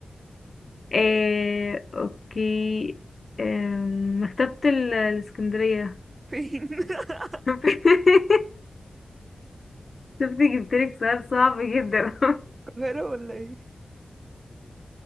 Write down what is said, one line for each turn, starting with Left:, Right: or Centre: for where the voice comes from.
Left: إيه... اوكي آم، مكتبة ال- الإسكندرية
Right: فين <laughs>
Left: <laughs> شفتي جبتلك سؤال صعب جدا <laughs>
Right: القاهرة ولا ايه